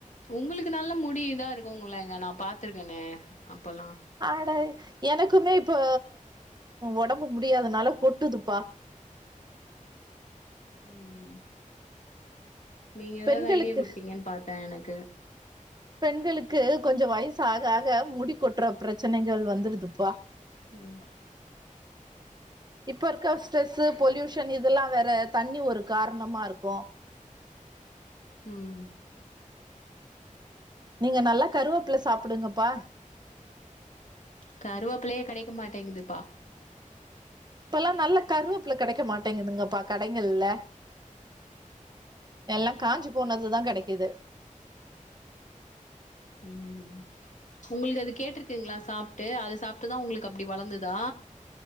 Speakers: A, on the left (about 65°); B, on the right (about 30°).
A: உங்ளுக்கு நல்ல முடி இதா இருக்கும்ல நா பாத்துருக்கன அப்பல்லா
B: அட எனக்குமே இப்போ ஒடம்பு முடியாதனால கொட்டுதுப்பா
A: ம் நீங்க ஏதாது
B: பெண்களுக்கு
A: ஐடியா குடுப்பீங்கன் பாத்தே எனக்கு
B: பெண்களுக்கு கொஞ்சோ வயசு ஆக ஆக மூடி கொட்ற பிரச்சனைகள் வந்துடுதுப்பா
A: ம்
B: இப்ப இருக்க ஸ்ட்ரெசு பொலியூஷன் இதெல்லா வேற தண்ணி ஒரு காரணமாருக்கு
A: ம்
B: நீங்க நல்லா கருவேபில்ல சாப்டுங்கபா
A: கருவேப்பிள்ளயே கெடைக்க மாட்டேங்குது பா
B: இப்பல்லா நல்ல கருவேப்பில்ல கிடைக்க மாட்டேங்குதுங்கப்பா கடைகள்ல எல்லா காஞ்சி போனதுதா கெடைகுது
A: ம் உங்களுக்கு அது கேட்டிருக்குங்களா சாப்புட்டு அது சாப்புட்டு தா உங்களுக்கு அப்டி வளந்துதா